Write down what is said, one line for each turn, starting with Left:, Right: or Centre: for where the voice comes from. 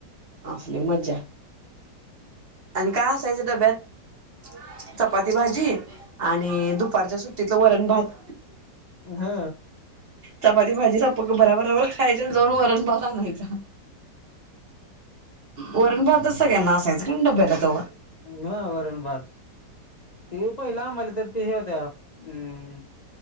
Right: आपले मज्जा आणि काय असायचं तब्यात चपाती भाजी आणि दुपारच्या सुट्टीतलं वरण भात
Left: हा
Right: चपाती भाजी स बराबराबर खायची जाऊन वरणभात आणायचा वरण भातच सगळ्यांना असायचं क डब्याला तेव्हा
Left: हा वरण भाात ते पहिला आम्हाला तर ते हे होत्या अम्